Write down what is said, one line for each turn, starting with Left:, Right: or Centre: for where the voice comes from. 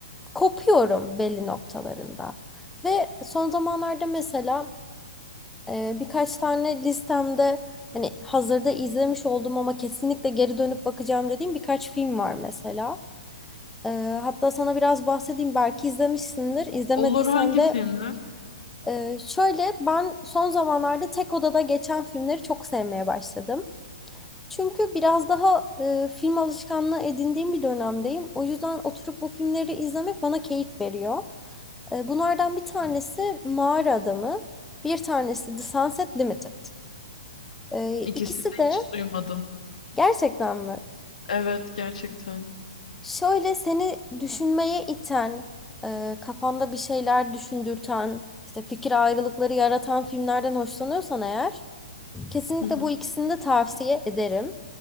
Centre: kopuyorum belli noktalarında. Ve son zamanlarda mesela e, birkaç tane listemde hani hazırda izlemiş olduğum ama kesinlikle geri dönüp bakacağım dediğim birkaç film var mesela. Ee, hatta sana biraz bahsedeyim belki izlemişsindir. İzlemediysen
Left: Olur hangi
Centre: de
Left: filmle?
Centre: e, şöyle ben son zamanlarda tek odada geçen filmleri çok sevmeye başladım. Çünkü biraz daha e, film alışkanlığı edindiğim bir dönemdeyim. O yüzden oturup bu filmleri izlemek bana keyif veriyor. E, bunlardan bir tanesi Mağara Adamı, bir tanesi The Sunset Limited. E,
Left: İkisini
Centre: ikisi
Left: de
Centre: de
Left: hiç duymadım.
Centre: gerçekten mi?
Left: Evet gerçekten.
Centre: Şöyle seni düşünmeye iten, e, kafanda bir şeyler düşündürten, işte fikir ayrılıkları yaratan filmlerden hoşlanıyorsan eğer, kesinlikle
Left: Hı hı.
Centre: bu ikisini de tavsiye ederim.